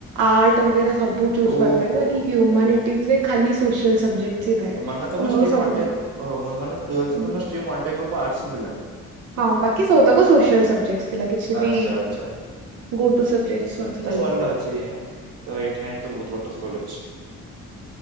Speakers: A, on the right (about 85°); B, on the right (about 55°).
A: ଆର୍ଟ ବଗେରା ସବୁ ଚୁଜ୍
B: ଓହୋ
A: କରିପାରିବ। ବାକି ହ୍ୟୁମାନିଟିଜ୍‌
B: ଓ
A: ରେ ଖାଲି ସୋସିଆଲ୍ ସବଜେକ୍ଟ। ହିଁ ଥାଏ
B: ମାନେ,
A: ତ
B: ତମ
A: ମୋର
B: ଷ୍ଟ୍ରିମ୍‌
A: ସବୁତକ
B: ୱାନ୍ ଟାଇଫ ଅ ମା ମାନେ, ଟ୍ଵେଲଥ୍‌ରେ
A: ଉଁ,
B: ତମ stream one type of arts ହିଁ ଥିଲା।
A: ହଁ, ବାକି ସବୁତକ ସୋସିଆଲ ସବଜେକ୍ଟ ଥିଲା କିଛି
B: ଆଚ୍ଛା
A: ବି।
B: ଆଚ୍ଛା
A: ଗୋ ଟୁ ସବଜେକ୍ଟ ନଥିଲା
B: ତ ଭଲ ଅଛି ତ ଏଇଟିନାଇନ ତ ବହୁତ ଭଲ। ଭଲ ଅଛି।